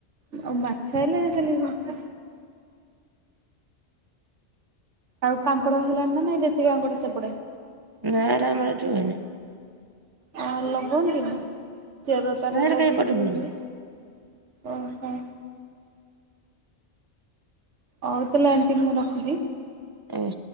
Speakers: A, on the right; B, on the right.
A: ଆଉ ମାଛ ହେଲେ ଖାଲି ଭାତ? ଆଉ କାଙ୍କଡ ହେଲାଣି ନା ନାଇଁ ଦେଶୀ କାଙ୍କଡ ସେପଟେ?
B: ନାଁ ରା ଆମର ଏଠି ହୁଏନି।
A: ଆ ଲଗାନ୍ତିନି ଚେର ତାର
B: ନା ହେରା
A: ଲଗେଇକି
B: କାଇଁ ଏପଟେ ହୁଏନି।
A: ଓହୋ ହଉ ତାହେଲେ ଆଣ୍ଟି ମୁଁ ରଖୁଛି।
B: ଉଁ।